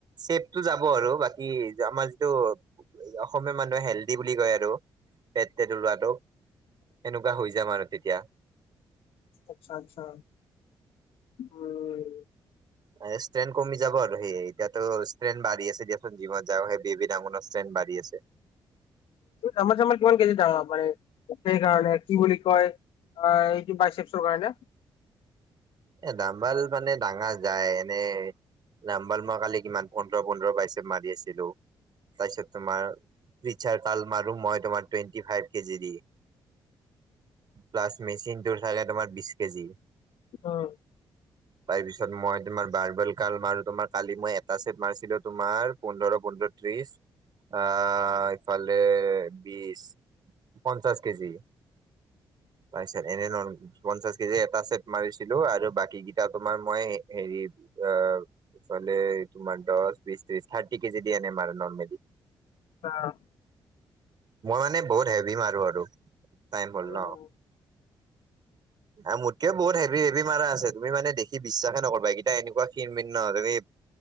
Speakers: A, on the right (about 50°); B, on the left (about 80°).
A: চেভটো যাব আৰু বাকী আমাৰ যিটো। অসমীয়া মানুহে হেল্ডি বুলি কয় আৰু। পেট পট ওলোৱাতটো এনেকুৱা হৈ যায় ম আৰু তেতিয়া।
B: আচ্ছা, আচ্ছা উম।
A: এ ষ্ট্ৰেন কমি যাব আৰু সেই। এয়াতো ষ্ট্ৰেন বাঢ়ি আছে দিয়চোন জিমত যাওঁ সেই বেব ডাঙ ষ্ট্ৰেন বাঢ়ি আছে।
B: জামাৰ চামাৰ কিমান কেজি ডাঙা মান সেইকাৰণে কি বুলি কয়। অ', এইটো বাইচেপছৰ কৰা নে।
A: এ দাম্বাল মানে ডাঙা যায় এনেই। নাম্বাল মই কালি কিমান পোন্ধৰ পোন্ধৰ পাইছ মাৰি আছিলো। তাৰপিছত তোমাৰাৰ মাৰ মই তোমাৰ টুৱেটি ফাইভ। কেজি দি প্লাছ মেচিনটোৰ চাগে তোমাৰ বিশ কেজি।
B: উম।
A: তাৰ পিছত মই তোমাৰ বাৰ্বেল কাল মাৰো তোমাৰ কালি মই এটা চছেট মাৰছিলো তোমাৰ পোন্ধৰ, পোন্ধৰ। ত্ৰিশ আহ ইফালে বিশছ। পঞ্চাছ কেজি ত এনে ন পঞ্চাছ কেজি এটা মাৰ। ছিলো আৰু বাকীকেইটা তোমাৰ মই হেৰি আহ। ফালে তোমাৰ দহ বিশ ত্ৰিশ থাৰ্টি কেজি দিয়া নমাৰ। মই
B: আহ,
A: মানে বহুত হেভি মাৰো আৰু। তামত।
B: উম,
A: আৰু মোতকে বহুত হেভি হেভি মাৰা আছে তুমি মানে দেখি বিশ্বাসে নকবা এেইটা এনেকুৱা কিনণিন্ ন তুমি।